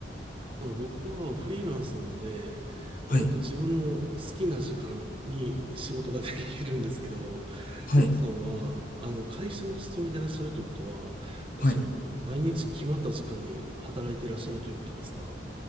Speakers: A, on the right; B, on the left.
A: あの、僕はフリーランスなので、
B: はい、
A: 割と自分の好きな時間に仕事が <laughs> できるんですけど、
B: はい、
A: りょうさんは、あの、会社に勤めてらっしゃるということは、
B: はい。
A: その、毎日決まった時間に働いてらっしゃるということですか